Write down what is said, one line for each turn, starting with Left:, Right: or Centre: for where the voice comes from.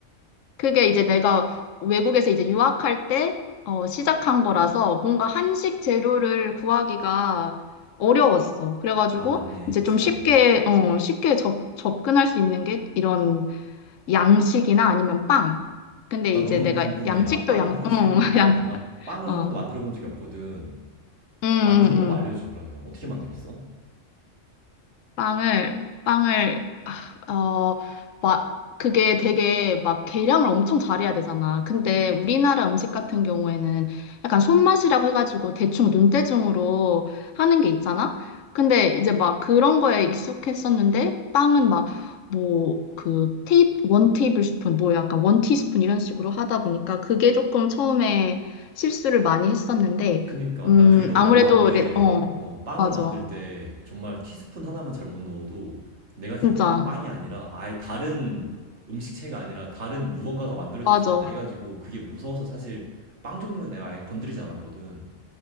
Left: 그게 이제 내가 외국에서 이제 유학할 때, 어, 시작한 거라서 뭔가 한식 재료를 구하기가 어려웠어. 그래가지고
Right: 아, 맞네.
Left: 이제
Right: 그치?
Left: 좀 쉽게,
Right: 어, 어.
Left: 어, 쉽게 접, 접근할 수 있는 게 이런 양식이나 아니면 빵. 근데
Right: 나
Left: 이제
Right: 너무
Left: 내가
Right: 궁금해.
Left: 양식도
Right: 빵,
Left: 양,
Right: 사실,
Left: 응, <laughs> 양,
Right: 어, 난 빵을
Left: 어.
Right: 한 번도 만들어 본 적이 없거든.
Left: 응, 응,
Right: 만드는
Left: 응.
Right: 법 알려줘, 그러면. 어떻게 만들었어?
Left: 빵을 빵을 아, 어, 막 그게 되게 막 계량을 엄청 잘해야 되잖아. 근데 우리나라 음식 같은 경우에는 약간 손맛이라고 해가지고 대충 눈대중으로 하는 게 있잖아. 근데 이제 막 그런 거에 익숙했었는데 빵은 막 뭐 그 테이 원 테이블 스푼 뭐 약간 원 티스푼 이런 식으로 하다 보니까 그게 조금 처음에 실수를 많이 했었는데
Right: 그니까,
Left: 음
Right: 나 그게 너무
Left: 아무래도
Right: 어려운 게,
Left: 레- 어
Right: 어, 빵을
Left: 맞아
Right: 만들 때 정말 티스푼 하나만 잘못 넣어도 내가 생각했던
Left: 진짜
Right: 빵이 아니라 아예 다른 음식체가 아니라 다른 무언가가 만들어질
Left: 맞아
Right: 수도 있다 해가지고 그게 무서워서 사실 빵 종류는 내가 아예 건드리지 않았거든.